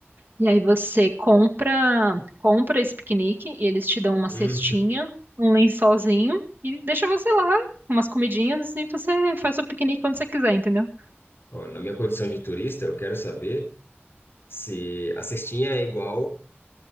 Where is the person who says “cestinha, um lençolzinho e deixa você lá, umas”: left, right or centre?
Right